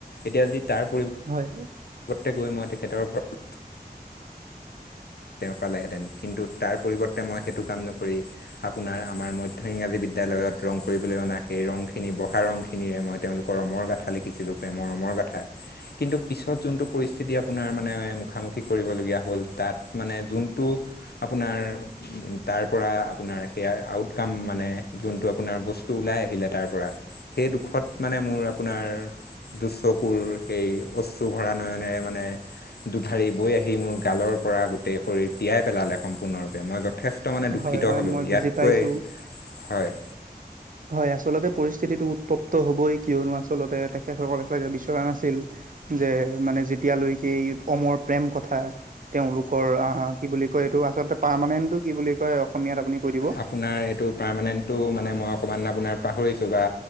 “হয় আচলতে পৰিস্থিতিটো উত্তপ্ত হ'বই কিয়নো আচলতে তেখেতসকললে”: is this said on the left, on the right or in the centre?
Right